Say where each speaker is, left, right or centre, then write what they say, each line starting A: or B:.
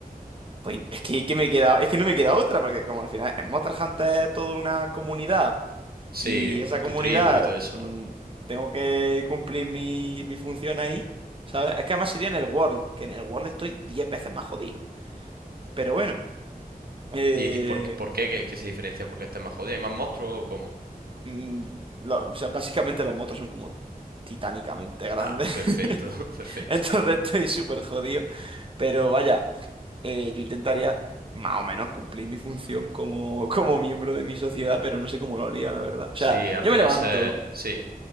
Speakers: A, on the right; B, on the right.
A: pues es que, que me queda, es que no me queda otra, porque como al final en Monster Hunter es toda una comunidad.
B: Sí,
A: Y esa comunidad,
B: tu tribu y todo eso,
A: mm,
B: ¿no?
A: tengo que cumplir mi, mi función ahí, ¿sabes? Es que además sería en el World, que en el World estoy 10 veces más jodido. Pero bueno. eh,
B: ¿Y, y por, por qué que, que se diferencia? ¿Porque está más jodida? ¿Hay más monstruos o cómo?
A: Mm, lo- o sea, básicamente los motos son como titánicamente grandes.
B: Ah,
A: <laughs>
B: perfecto, <laughs> perfecto.
A: Entonces estoy súper jodido. Pero vaya, eh, yo intentaría más o menos cumplir mi función como, como miembro de mi sociedad, pero no sé cómo lo haría, la verdad. O
B: Sí,
A: sea,
B: al
A: yo
B: final
A: me levanto.
B: se... Sí,